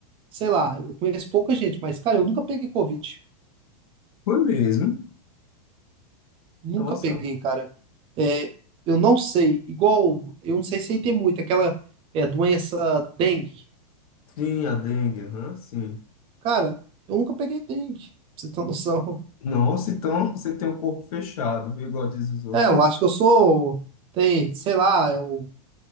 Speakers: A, on the right; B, on the left.
A: sei lá, eu conheço pouca gente, mas, cara, eu nunca peguei Covid.
B: Foi mesmo?
A: Nunca
B: Nossa.
A: peguei, cara. É, eu não sei, igual, eu não sei se aí tem muito, aquela é, doença dengue.
B: Sim, a dengue, aham, sim.
A: Cara, eu nunca peguei dengue, pra você ter noção.
B: Nossa, então <laughs> você tem o corpo fechado, viu, igual diz os outros.
A: É, eu acho que eu sou, tem, sei lá, eu,